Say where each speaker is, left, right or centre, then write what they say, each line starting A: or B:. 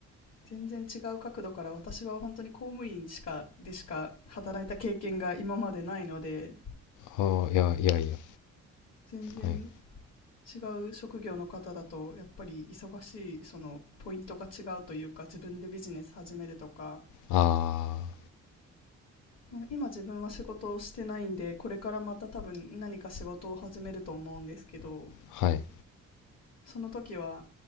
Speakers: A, on the left; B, on the left.
A: 全然違う角度から私は本当に公務員しかでしか働いた経験が今までないので、
B: ああ、いや、いやいや。
A: 全然
B: はい。
A: 違う職業の方だとやっぱり忙しいそのポイントが違うというか自分でビジネス始めるとか、
B: あ
A: まあ、今自分は仕事をしてないんでこれからまた多分何か仕事を始めると思うんですけど
B: あ、はい。
A: その時は